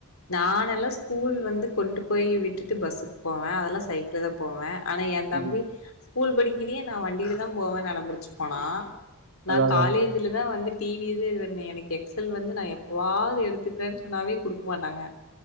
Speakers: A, on the left; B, on the right.
A: நானெல்லா ஸ்கூல் வந்து கொண்டு போய் விட்டுட்டு பஸ்ஸுக்கு போவே அதெல்லா சைக்கிள்தா போவே ஆனா எ தம்பி
B: ம்
A: ஸ்கூல் படிக்கிலயே நா வண்டிலதா போவேன் அடம்புடிச்சு போனா நா
B: அதா அதாங்க.
A: காலேஜ்லதா வந்து டி வி ஸே இது பண்ண எனக்கு எக்ஸல் வந்து நா எப்பவாவுது எடுத்துக்கறன் சொன்னாவே குடுக்க மாட்டாங்க